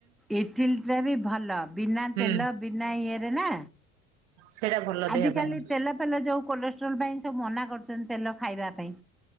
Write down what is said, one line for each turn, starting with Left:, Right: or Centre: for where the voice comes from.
Centre: ଇଟିଲି ଟା ବି ଭଲ ବିନା
Right: ହୁଁ
Centre: ତେଲ, ବିନା ଇଏରେ ନା।
Right: ସେଇଟା ଭଲ।
Centre: ଆଜି
Right: ଦେହ
Centre: କାଲି
Right: ପାଇଁ।
Centre: ତେଲ ଫେଲ ଯୋଉ, କୋଲେଷ୍ଟ୍ରୋଲ ପାଇଁ ସବୁ ମନା କରୁଛନ୍ତି ତେଲ ଖାଇବା ପାଇଁ।